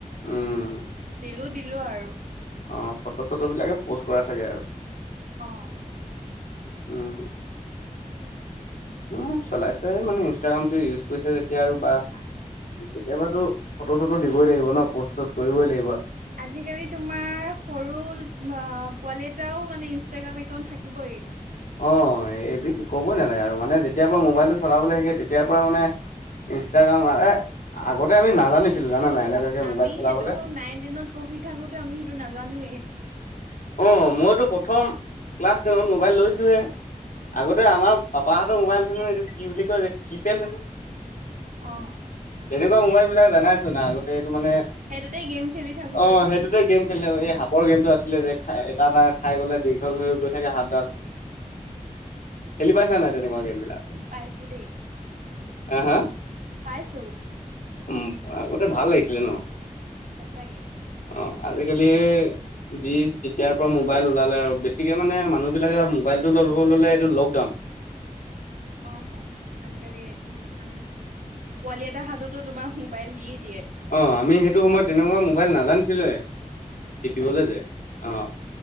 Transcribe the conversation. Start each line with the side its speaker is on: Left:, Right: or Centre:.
Left: উম!
Right: দিলো দিলো আৰু।
Left: অ ফটো চটো বিলাকে পোষ্ট কৰা চাগে আৰু।
Right: অ!
Left: উম! মানে চলাইছে মানে ইনষ্টাগ্ৰামটো ইউজ কৰিছা যেতিয়া আৰু বা কেতিয়াবাতো ফটো চটো দিবই লাগিব ন প'ষ্ট চষ্ট কৰিবই লাগিব।
Right: আজিকালি তোমাৰ সৰু পোৱালি এটাও মানে ইনষ্টাগ্ৰাম একাউন্ট থাকিবই।
Left: অ এই ক'বই নালাগে আৰু মানে যেতিয়া পৰা মোবাইলটো চলাবলৈ শিকে তেতিয়াৰ পৰা মানে ইনষ্টাগ্ৰাম আগতে আমি নাজানিছিলো জানা নাই। এনেকুৱাকে
Right: আমি
Left: মোবাইল চলাবলে
Right: সেইটো নাইন টেনত পঢ়ি থাকোতে আমি সেইটো নাজানো
Left: অঁ মইতো প্ৰথম ক্লাছ টেনত মোবাইল লৈছোহে আগতে
Right: অ'।
Left: আমাৰ পাপাৰ হাতৰ মোবাইল আছিল নহয় এইটো কি বুলি কয় যে কি পেড
Right: অঁ
Left: এনেকুৱা মোবাইল বিলাক দানাইছো না আগতে এইটো মানে
Right: সেইটোতে গেম খেলি থাকো
Left: অ
Right: আৰু
Left: সেইটোতে গেম খেললে ৰ গেমতটো আছিলে যে খ এটা এটা খাই গ'লে দীঘল হৈ গৈ হাতডাল খেলি পাইছা নাই তেনেকুৱা গেম বিলাক
Right: পাইছোঁ দেই
Left: আঁহ হাঁ
Right: পাইছোঁ
Left: উ আগতে ভাল লাগিছিলে ন
Right: সঁচাকে।
Left: অ আজিকালি। যি তেতিয়াৰ পৰা মোবাইল ওলালে আৰু বেছিকে মানে মানুহবিলাকে মোবাইলটো ল'ব ল'লে এইটো লকডাউন
Right: <unintelligible> অঁ হয় আজিকালি মানে পোৱালি এটাৰ হাততো তোমাৰ মোবাইল দিয়ে।
Left: অঁ আমি সেইটো সময়ত তেনেকুৱা মোবাইল নাজানিছিলোৱে
Right: সঁচাকে।
Left: টিপিবলৈ যে অঁ